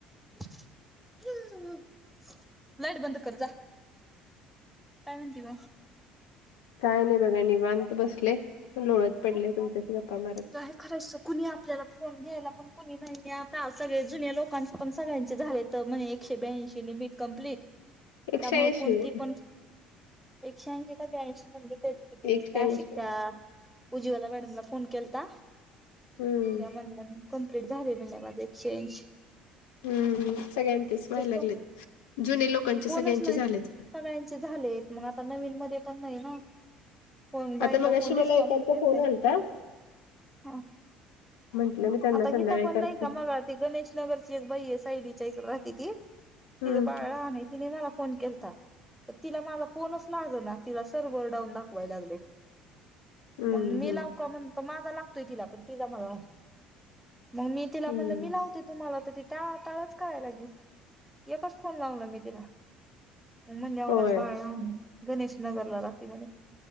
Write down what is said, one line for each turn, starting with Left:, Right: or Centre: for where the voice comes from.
Centre: <unintelligible> लाईट बंद कर जा. काय म्हणती मग,
Left: काय नाही बघा निवांत बसले लोळत पडले तुमच्याशी गप्पा मारत
Centre: काय <unintelligible> खरंच कुणी आपल्याला फोन घ्यायला पण कुणी नाही आहे आता सगळे जुन्या लोकांचे पण सगळ्यांचे झालेत तर म्हणे एकशे ब्याऐंशी मिनिटं कंम्प्लीट
Left: एकशे
Centre: त्यामुळे
Left: ऐंशी
Centre: कोणती
Left: हो
Centre: पण एकशेऐंशी का ब्याऐंशी म्हणली तरी की ती
Left: एकशे
Centre: नाशिकच्या
Left: ऐंशी
Centre: उज्वला मॅडमला फोन केलता त्या
Left: हम्म
Centre: म्हण ना कम्प्लीट झालय म्हटल्या माझं एक्चेंज
Left: हम्म सगळ्यांचेच व्हाय लागलेत
Centre: पण
Left: जुने लोकांचे
Centre: कोणच
Left: सगळ्यांचे
Centre: नाही
Left: झालेत
Centre: सगळ्यांचे झाले आहेत मग आता नवीन मध्ये पण नाही ना कोण
Left: आता
Centre: बायका
Left: मग अशी
Centre: कोण
Left: मला
Centre: रिस्पॉन्स
Left: एकाचा
Centre: देत
Left: फोन
Centre: नाही
Left: आलता
Centre: हा
Left: म्हंटलं मी त्यांना
Centre: आता
Left: संध्याकाळी
Centre: हित पण
Left: करते
Centre: नाही का मग ती गणेश नगरची एक बई आहे सायलीच्या इकडे राहती ती तिचं
Left: हम्म
Centre: बाळ लहान तिने मला फोन केलता तर तिला माझा फोनच लाग ना तिला सर्व्हर डाऊन दाखवाय लागल <unintelligible>
Left: हम्म
Centre: मग मी
Left: हम्म
Centre: लावु का म्हणत माझा लागतोय तिला पण तिला मला मग मी तिला
Left: हम्म
Centre: म्हणलं मी लावते तुम्हाला तर ती त्या टाळाटाळच कराय लागली एकच फोन लावला मी तिला. मध्यावर
Left: होय
Centre: माझ बाळ लहान आहे गणेश नगरला राहती म्हणे